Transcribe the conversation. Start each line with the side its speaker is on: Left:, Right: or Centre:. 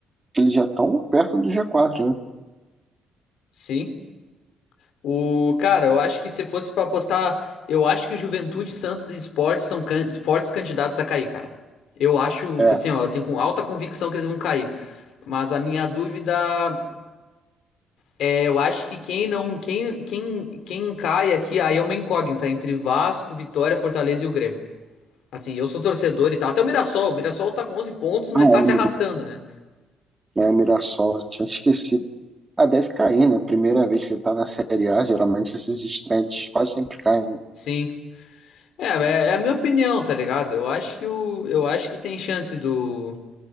Right: eles já estão perto do G4, né?
Left: Sim. O, cara, eu acho que se fosse pra apostar, eu acho que Juventude, Santos e Sport são can- fortes candidatos a cair, cara. Eu acho,
Right: É,
Left: assim, ó, eu tenho com alta convicção que eles vão cair. Mas a minha dúvida é, eu acho que quem não, quem, quem, quem cai aqui, aí é uma incógnita entre Vasco, Vitória, Fortaleza e o Grêmio. Assim, eu sou torcedor e tal. Até o Mirassol, o Mirassol tá com 11 pontos, mas
Right: a
Left: tá
Right: Emira,
Left: se arrastando, né?
Right: né, Mirassol, eu tinha esquecido Ah, deve cair, né? Primeira vez que ele tá na Série A, geralmente esses estreantes quase sempre caem, né?
Left: Sim. É, é é a minha opinião, tá ligado? Eu acho que o, eu acho que tem chance do,